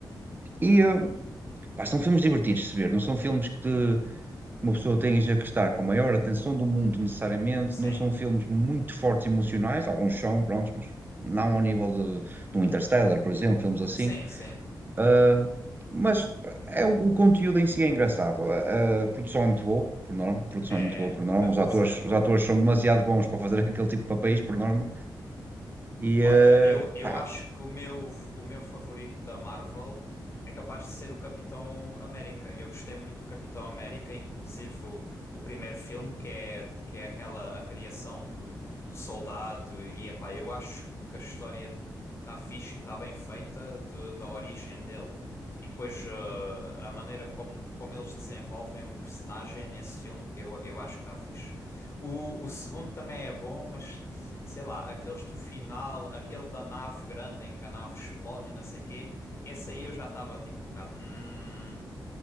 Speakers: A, on the right; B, on the left.
A: E eh, pá, são filmes divertidos de se ver, não são filmes que uma pessoa tem já que estar com a maior atenção do mundo, necessariamente.
B: Sim,
A: Não são filmes muito fortes emocionais, alguns são, prontos, mas não ao nível de, de um Interstellar, por exemplo, filmes assim.
B: sim, sim.
A: Ah, mas é, o o conteúdo em si é engraçado. A, a produção é muito boa, por norma. A produção
B: É,
A: é muito boa, por norma.
B: é, a produção
A: Os atores,
B: é boa.
A: os atores são demasiado bons para fazer <laughs> aquele tipo de papéis, por norma. E,
B: Olha,
A: ah,
B: eu, eu
A: pá,
B: acho que o meu, o meu favorito da Marvel é capaz de ser o Capitão América. Eu gostei muito do Capitão América, inclusive o, o primeiro filme, que é, que é aquela a criação do, do soldado. E epá, eu acho que a história está fixe e está bem feita de- da origem dele. E depois eh, a maneira como, como eles desenvolvem o personagem nesse filme, eu, eu acho que está fixe. O, o segundo também é bom, mas sei lá, aqueles do final, aquele da nave grande em que a nave explode e não sei o quê, esse aí eu já estava tipo um bocado. Hum,